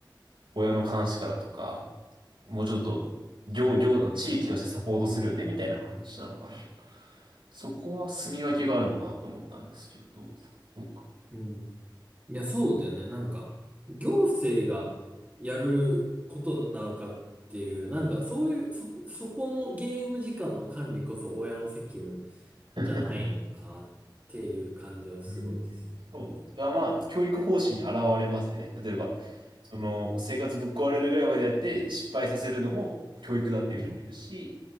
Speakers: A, on the right (about 80°); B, on the right (about 20°).
A: 親の監視下だとか、もうちょっと、行、行、地域としてサポートするよね、みたいな話なのかな。そこは住み分けがあるのかなと思ったんですけど、どうですかどうか。
B: うんいや、そうだよね。なんか、行政がやることなのかっていう、なんかそういう、そこ、そこのゲーム時間の管理こそ親の責務
A: <laughs>
B: じゃないのかっていう感じはすごいですよね。
A: うん、そう。だからまあ、教育方針に現れますよね。例えば、その、生活ぶっ壊れるぐらいまでやって失敗させるのも教育だっていう人もいるし、
B: うん。